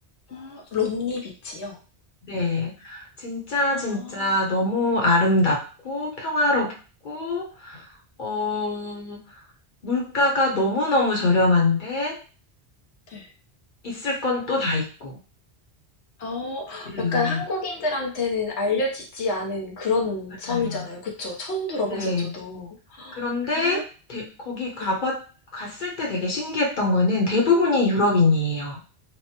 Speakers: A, on the left; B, on the left.
A: 아론 비치요?
B: 네, 진짜
A: 아
B: 진짜 너무 아름답고 평화롭고 어 물가가 너무너무 저렴한데
A: 네.
B: 있을 건 또 다 있고
A: 어
B: 그래요.
A: 약간 한국인들한테는 알려지지 않은 그런
B: 맞아요.
A: 섬이잖아요. 그쵸? 처음 들어봐서
B: 네.
A: 저도.
B: 그런데
A: 아
B: 대- 거기 가봤
A: 네.
B: 갔을 때 되게 신기했던 거는 대부분이 유럽인이에요.